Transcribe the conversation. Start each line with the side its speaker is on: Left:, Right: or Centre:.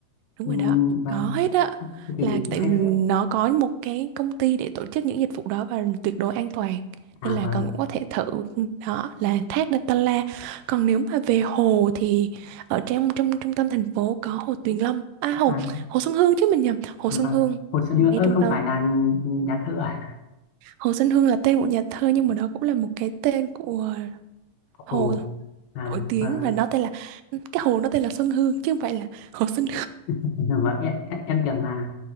Right: Đúng
Left: ừ,
Right: rồi đó,
Left: vâng
Right: có hết á.
Left: thế thì
Right: Là tại
Left: hay phết
Right: nó có một cái công ty để tổ chức những dịch vụ đó và tuyệt đối an toàn.
Left: à
Right: Nên là
Left: vâng
Right: con cũng có thể thử đó là thác Datanla. Còn nếu mà về hồ thì ở trong trong trung tâm thành phố có hồ Tuyền Lâm. À hồ
Left: à
Right: Hồ Xuân Hương chứ mình nhầm, Hồ
Left: vâng
Right: Xuân Hương
Left: Hồ Xuân
Right: ngay
Left: Hương ơ
Right: trung
Left: không
Right: tâm.
Left: phải là nhà thơ à
Right: Hồ Xuân Hương là tên một nhà thơ nhưng mà đó cũng là một cái tên của hồ
Left: ồ à
Right: nổi tiếng
Left: vâng
Right: và nó tên là cái hồ nó tên là Xuân Hương chứ không phải là Hồ Xuân
Left: <laughs> vâng em, em em tưởng là